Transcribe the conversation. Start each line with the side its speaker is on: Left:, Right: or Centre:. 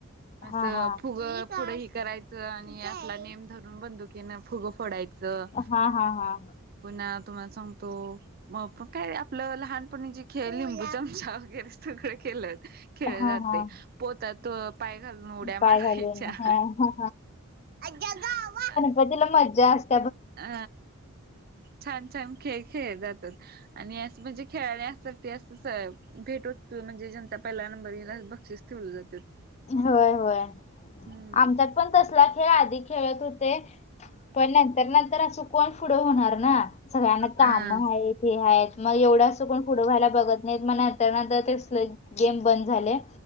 Left: हा
Right: फुग
Left: हा
Right: फुड ह करायचं आणि आपला नेम धरून बंदुकीनं फुग फोडायचं. अ
Left: हा हा हा
Right: पुन्हा तुम्हाला सांगतो मग पण काय आपलं लहानपणी जे खेळ लिंबू चमचा वगैरे सगळं केलं खेळ
Left: हा
Right: जाते
Left: हा
Right: पोतात पाय घा लड्या मारच्या
Left: पाय घालून हा हा
Right: जावा
Left: तला मजा असतते
Right: अ छान छान खेळ खेळ जातात आणि असं म्हणजे खेळाड अससाठी असं भेट होतो म्हणजे ज्यांचा पहिला नंबर बक्षस ठेवलं जातात
Left: होय होय
Right: हम्म
Left: आमच्यात पण तसला खेळ आधी खेळत होते पण नंतर नंतर असं कोण पुढं होणार ना सगळ्यांना
Right: हा
Left: काम आहेत ते आहेत मग एवढं अस कोण पुढं व्हायला बघत नाही मग नंतर ना तर तेसलं गेम बंद झाले